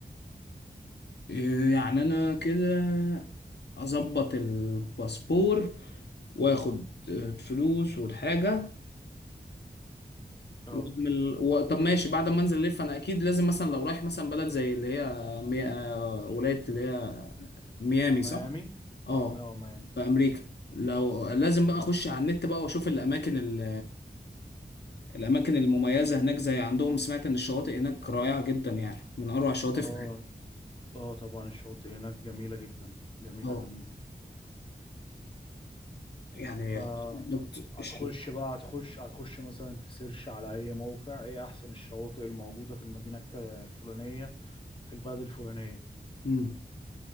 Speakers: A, on the left (about 85°); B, on the left (about 30°).
A: إيه يعني انا كده اظبط الباسبور واخد الفلوس والحاجة
B: اه
A: واعمل و... طب ماشي بعد ما انزل الف انا اكيد لازم مثلا لو رايح مثلا بلد زي اللي هي مي... آه، ولايه اللي هي ميامي
B: ميامي
A: صح؟ اه
B: اه ميامي
A: في امريكا لو لازم
B: اه
A: بقى اخش على النت بقى واشوف الاماكن ال... الاماكن المميزه هناك زي عندهم سمعت ان الشواطئ هناك رائعه جدا يعني من اروع الشواطئ
B: اه
A: في العالم
B: اه طبعا الشواطئ هناك جميلة جدا جميلة
A: اه
B: جميلة
A: يعني
B: فهتخش
A: بالظبط الشواطئ
B: بقى هتخش هتخش مثلا تسيرش على اي موقع ايه احسن الشواطئ الموجودة في المدينة الك- الفلانية في البلد الفلانية
A: امم